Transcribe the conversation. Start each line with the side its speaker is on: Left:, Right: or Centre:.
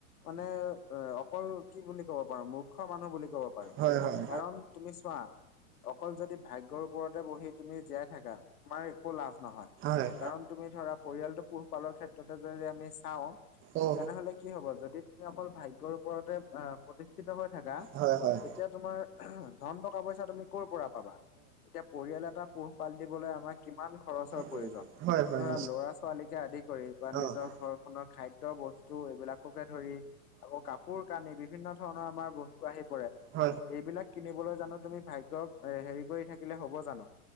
Left: মানে এ অকল কি বুলি ক'ব পাৰো মূৰ্খ মানুহ বুলি ক'ব পাৰো
Right: হয় হয়
Left: কাৰণ তুমি চোৱা অকল যদি ভাগ্যয়ৰ ওপৰতে বহি তুমি জীয়াই থাকা তোমাৰ একো লাভ নহয়।
Right: হয়।
Left: কাৰণ তুমি ধৰা পৰিয়ালটো পু পালৰ ক্ষেত্ৰতে যদি আমি চাওঁ
Right: অ
Left: তেনেহলে কি হ'ব যদি তুমি অকল ভাগ্যৰ ওপৰতে প্ৰতিষ্ঠিত হৈ থাকা
Right: হয় হয়
Left: তেতিয়া তোমাৰ ধন টকা পইচা তুমি কৰ' পৰা পাবা। এতিয়া পৰিয়াল এটা পোহপাল দিবলৈ আমাৰ কিমান খৰচৰ প্ৰয়োজন।
Right: কৰিব
Left: ধৰা ল'ৰা ছোৱালীকে আদিক। কৰি বা নিজৰ
Right: অ'।
Left: ঘৰখনৰ খাদ্য বস্তু এইবিলাককে ধৰি। আকৌ কাপোৰ কানি বিভিন্ন ধৰণৰ আমাৰ বস্তু আহি পৰে
Right: অ'হ
Left: এইবিলাক কিনিবলৈ জানো তুমি ভাগ্যয়ক এ হেৰি কৰি থাকিলে হ'ব জানো